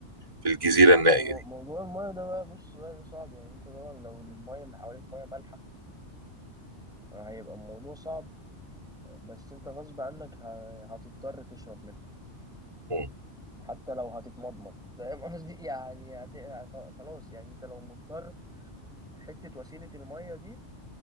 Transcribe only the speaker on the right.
في الجزيره
النائيه
دي
مم.